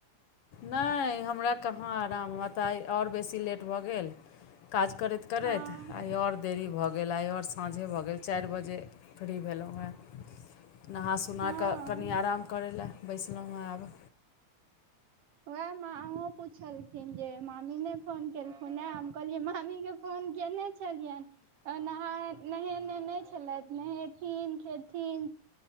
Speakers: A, on the left (about 65°); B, on the right (about 65°).
A: नहि हमरा कहाँ आराम तऽ आइ आओर बेसी लेट भऽ गेल काज करैत करैत
B: हँ
A: आइ आओर देरी भऽ गेल आइ आओर साँझे भऽ गेल चारि बजे फ्री भेलहुँ हें नहा सुना
B: हँ
A: कऽ कनि आराम करै लए बैसलहुँ हें आब
B: वएह माँहो पुछलखिन जे मामी नै फोन केलखुन ए हम कहलियै मामी के फोन केने छलियनि तऽ नहा हाय नहेने नहि छलथि नहेथिन खेथिन